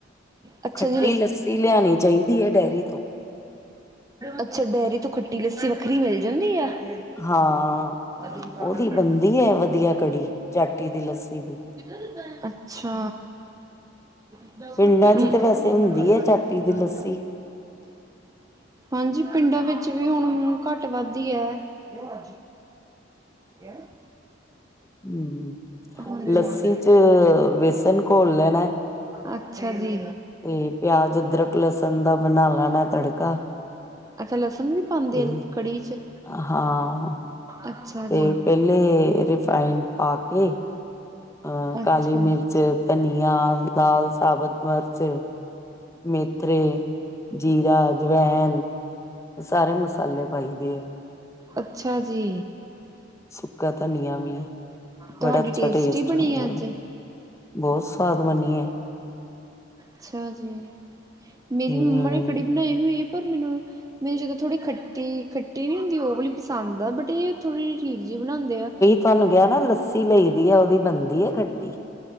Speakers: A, on the right (about 20°); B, on the left (about 15°).
A: ਅੱਛਾ
B: ਖੱਟੀ
A: ਜੀ
B: ਲੱਸੀ ਲਿਆਣੀ ਚਾਹੀਦੀ ਐ, ਡੇਅਰੀ ਤੋਂ।
A: ਅੱਛਾ ਡੇਅਰੀ ਤੋਂ ਖੱਟੀ ਲੱਸੀ ਵੱਖਰੀ ਮਿਲ ਜਾਂਦੀ ਆ? ਅੱ
B: ਹਾਂ
A: ਤਿੰਨ ਸਾਲਾਂ
B: ਉਹਦੀ
A: ਵੀ ਕ
B: ਬਣਦੀ ਹੈ ਵਧੀਆ ਕੜੀ ਚਾਟੀ ਦੀ ਲੱਸੀ ਦੀ
A: <unintelligible> ਅੱਛਾ। <unintelligible>
B: ਪਿੰਡਾਂ ਚ ਤੇ ਵੈਸੇ ਹੁੰਦੀ ਹੈ ਚਾਟੀ ਦੀ ਲੱਸੀ
A: ਹਾਂਜੀ ਪਿੰਡਾਂ ਵਿੱਚ ਵੀ ਹੁਣ, ਘੱਟ-ਵੱਧ ਈ ਐ। ਤਿਆ <unintelligible>
B: ਹਮ,
A: ਹਾਂਜੀ
B: ਲੱਸੀ ਚ ਵੇਸਣ ਘੋਲ ਲੈਣਾ।
A: ਅੱਛਾ ਜੀ।
B: ਤੇ ਪਿਆਜ, ਅਦਰਕ, ਲਸਨ ਦਾ ਬਣਾ ਲੈਣਾ ਤੜਕਾ।
A: ਅੱਛਾ ਲਸਣ ਵੀ ਪਾਂਦੇ
B: ਤੇ
A: ਦੇ ਆ ਕੜੀ ਚ?
B: ਹਾਂ
A: ਅੱਛਾ
B: ਤੇ
A: ਜੀ
B: ਪਹਿਲੇ ਰਿਫਾਈਨ ਪਾ ਕੇ ਅ,
A: ਅੱਛਾ।
B: ਕਾਲੀ ਮਿਰਚ, ਧਨੀਆ, ਲਾਲ ਸਾਬਤ ਮਿਰਚ। ਮੇਥਰੇ, ਜੀਰਾ, ਜਵੈਨ, ਇਹ ਸਾਰੇ ਮਸਾਲੇ ਪਾਈ ਦੇ ਐ।
A: ਅੱਛਾ ਜੀ
B: ਸੁੱਕਾ ਧਨੀਆ ਵੀ
A: ਤੁਹਾਡੀ
B: ਬੜਾ ਅੱਛਾ
A: ਟੇਸਟੀ
B: ਟੇਸਟ
A: ਬਣੀ
B: ਆ ਉਹਦਾ
A: ਅੱਜ
B: ਬਹੁਤ ਸਵਾਦ ਬਨੀਏ।
A: ਅੱਛਾ ਜੀ, ਮੇਰੀ
B: ਹੂੰ
A: ਮੰਮਾ ਨੇ ਕੜੀ ਬਣਾਈ ਹੋਈ ਹੈ। ਪਰ ਮੈਨੂੰ, ਮੈਨੂੰ ਜਦੋਂ ਥੋੜ੍ਹੀ ਖੱਟੀ, ਖੱਟੀ ਨੀ ਹੁੰਦੀ ਉਹ ਵਾਲ਼ੀ ਪਸੰਦ ਆ। ਬਟ ਇਹ ਥੋੜੀ ਜਿਹੀ ਠੀਕ ਜੀ ਬਣਾਉਂਦੇ ਆ
B: ਤਾਨੂ ਕਿਹਾ ਨਾ, ਲੱਸੀ ਲਈ ਦੀ ਐ, ਉਹਦੀ ਬਨਦੀ ਐ ਖੱਟੀ।